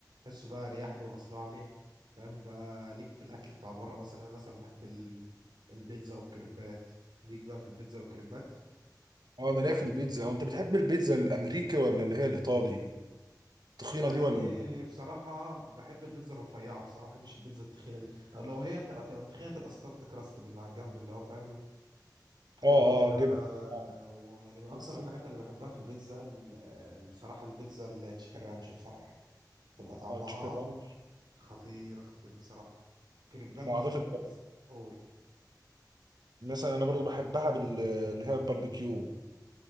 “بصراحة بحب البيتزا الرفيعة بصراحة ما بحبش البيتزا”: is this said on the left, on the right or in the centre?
Right